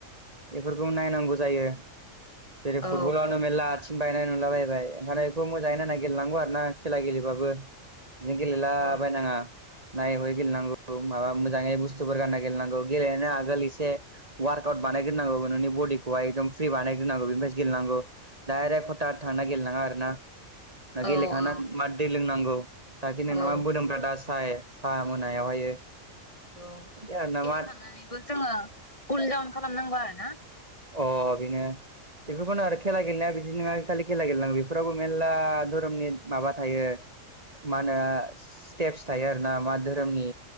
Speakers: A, on the right; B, on the left.
A: एफोरखौ नायनांगौ जायो
B: औ
A: जेरै फुटबलावनो मेरला आथिं बायनाय नुला बायबाय ओंखायनो बेखौ मोजाङै होनना गेलेनांगौ आरोना खेला गेलेबाबो नो गेलेला
B: औ
A: बायनाङा नायै हयै गेलेनांगौ माबा मोजाङै बुस्थुफोर गानना गेलेनांगौ गेलेनायनि आगोल एसे वारकट बानायग्रोनांगौ नोंनि बडिखौहाय एकदम फ्रि बानायग्रोनांगौ बेनिफ्रायसो गेलेनांगौ डाइरेक्ट हथात थांना गेलेनाङा आरो ना ना
B: औ
A: गेलेखांना
B: औ
A: मा दै लोंनांगौ जाहाथे नोंनाव
B: औ
A: मोदोम आसाय साहा मोनायावहायो
B: औ
A: बिदि आरो ना
B: गेलेखांनानैबो
A: मा
B: जोङो कुल दाउन खालामनांगौ आरो ना
A: अ बिनो बेफोरखौनो आरो खेला गेलेनाया बिदि नङा खालि खेला गेलेनांगौ बेफोरावबो मेलला धोरोमनि माबा थायो मा होनो स्टेपस थायो आरो ना मा धोरोमनि